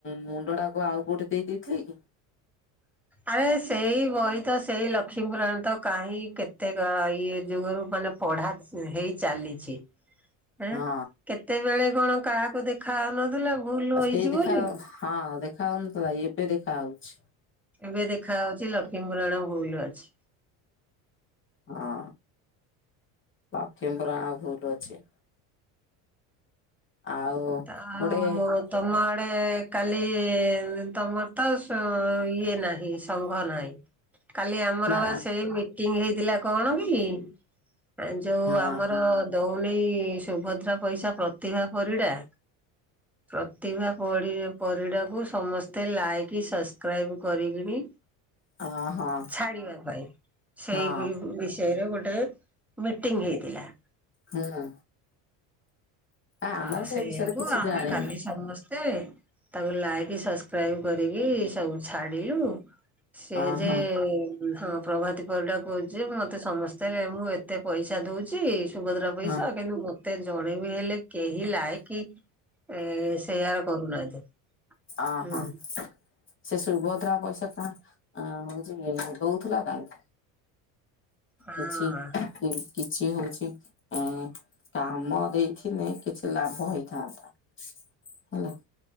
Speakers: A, on the left; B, in the centre.
A: ମୁଣ୍ଡ ଟାକୁ ଆଉ କୋଉଟେ ଦେଇ ଦେଇଥିଲେ କି।
B: ଆରେ ସେଇ ବହି ତ ସେଇ ଲକ୍ଷ୍ମୀପୁରାଣ ତ କାହିଁ କେତେ ଗା ଇଏ ଯୁଗରୁ ମାନେ ପଢା ହେଇ ଚାଲିଛି, ହୁଁ
A: ହଁ
B: କେତେବେଳେ କଣ କାହାକୁ ଦେଖା ହଉନଥିଲା। ଭୁଲ
A: ବାସ୍
B: ହେଇଛି
A: କେହି ଦେଖା
B: ବୋଲି
A: ହଁ ଦେଖା ହଉନଥିଲା ଏବେ ଦେଖା ହଉଛି।
B: ଏବେ ଦେଖା ହଉଛି ଲକ୍ଷ୍ମୀପୁରାଣ ଭୁଲ ଅଛି।
A: ହଁ ଲକ୍ଷ୍ମି ପୂରାଣ ଭୁଲ ଅଛି। ଆଉ
B: <unintelligible>
A: ଗୋଟେ
B: ତମ ଆଡେ କାଲି ତମର ତ ସ ଇଏ ନାହିଁ ସଂଙ୍ଘ ନାହିଁ। କାଲି ଆମର
A: ନା
B: ବା ସେଇ ମିଟିଙ୍ଗି ହେଇଥିଲା କଣ କି। ଏଁ ଯୋଉ
A: ହଁ
B: ଆମର ଦୋଉନେଇ ସୁଭଦ୍ରା ପଇସା ପ୍ରତିଭା ପରିଡ଼ା। ପ୍ରତିଭା ପରିରା ପରିଡ଼ାକୁ ସମସ୍ତେ ଲାଇକ୍ ସସ୍କ୍ରାଇବ କରିକିନି
A: <inaudible> ହଁ
B: ଛାଡିବା ପାଇଁ ସେଇ
A: ହଁ
B: ବି ବିସ୍ ଚୟରେ ଗୋଟେ ମିଟିଙ୍ଗି ହେଇଥିଲା।
A: ହୁଁ। ଆମର
B: ଆ
A: ସେ
B: ସେଇଆକୁ
A: ବିଷୟରେ କିଛି
B: ଆମେ
A: ଜାଣିନି
B: କାଲି ସମସ୍ତେ। ତାକୁ ଲାଇକ୍ ସସ୍କ୍ରାଇବ କରିକି ସବୁ ଛାଡ଼ିଲୁ। ସେ
A: ଅହଁ
B: ଯେ ହଁ ପ୍ରଭତି ପରିଡା କୋହୁଚି ମତେ ସମସ୍ତେ ମୁଁ ଏତେ ପଇସା ଚା ଦୋଉଛି ସୁଭଦ୍ରା ପଇସା
A: ହଁ
B: କିନ୍ତୁ ମତେ ଜଣେ ବିି ହେଲେ କେହି ଲାଇକି ଏ ସେୟାର କରୁନାହାନ୍ତି
A: ଅହଁ
B: ହୁଁ।
A: ସେ ସୁଭଦ୍ରା ପଇସା କଁ ଅଁ ହୋଉଛି ମା ଦୋଉଥୁଲା କାହିଁକି।
B: ହଁ
A: କିଛି କି କିଛି ହୋଉଛି। ଏଁ କାମ ଦେଇଥିଲେ କିଛି ଲାଭ ହେଇଥାନ୍ତା ହେଲା।